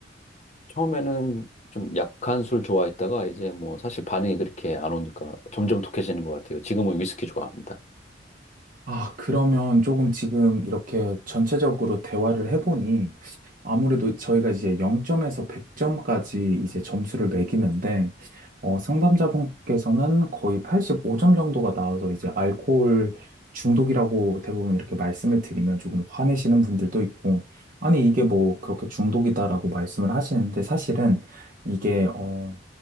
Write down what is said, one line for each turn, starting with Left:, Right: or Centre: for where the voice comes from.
Left: 처음에는 좀 약한 술 좋아했다가 이제 뭐 사실 반응이 그렇게 안 오니까 점점 독해지는 것 같아요. 지금은 위스키 좋아합니다.
Right: 아, 그러면 조금 지금 이렇게 전체적으로 대화를 해보니 아무래도 저희가 이제 0점에서 100점까지 이제 점수를 매기는데 어, 상담자분께서는 거의 85점 정도가 나와서 이제 알코올 중독이라고 대부분 이렇게 말씀을 드리면 조금 화내시는 분들도 있고 아니 이게 뭐 그렇게 중독이다라고 말씀을 하시는데 사실은 이게 어,